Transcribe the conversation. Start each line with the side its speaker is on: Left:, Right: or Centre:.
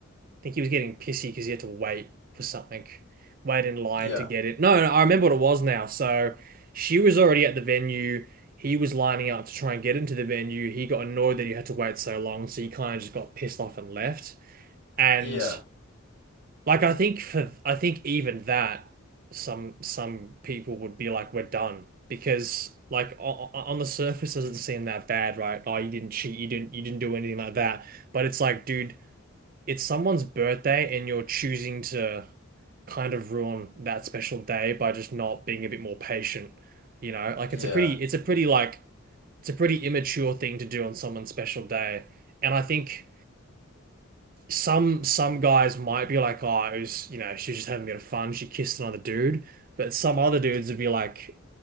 Right: think he was getting pissy because he had to wait for something, wait in line
Left: Yeah,
Right: to get it. No, no, I remember what it was now. So she was already at the venue. He was lining up to try and get into the venue. He got annoyed that he had to wait so long, so he kind of just got pissed off and left. And
Left: yeah,
Right: like I think for I think even that some some people would be like, we're done because like on, on the surface it doesn't seem that bad, right? Oh, you didn't cheat, you didn't you didn't do anything like that. But it's like, dude it's someone's birthday and you're choosing to kind of ruin that special day by just not being a bit more patient. You know, like
Left: yeah.
Right: it's a pretty, it's a pretty like, it's a pretty immature thing to do on someone's special day. And I think some some guys might be like, oh, it was, you know, she was just having a bit of fun. She kissed another dude. But some other dudes would be like,